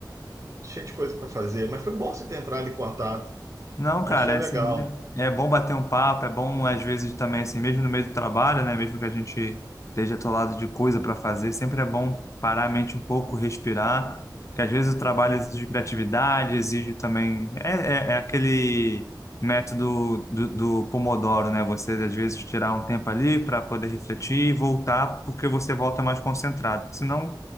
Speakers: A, on the right; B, on the left.
A: cheio de coisa para fazer, mas foi bom você ter entrado em contato.
B: Não,
A: Achei
B: cara, é
A: legal.
B: assim, né? é bom bater um papo, é bom às vezes também, assim, mesmo no meio do trabalho, né? Mesmo que a gente esteja atolado de coisa para fazer, sempre é bom parar a mente um pouco, respirar, que às vezes o trabalho
A: E
B: exige criatividade, exige também. É, é, é aquele método do, do Pomodoro, né? Você às vezes tirar um tempo ali para poder refletir e voltar, porque você volta mais concentrado. Senão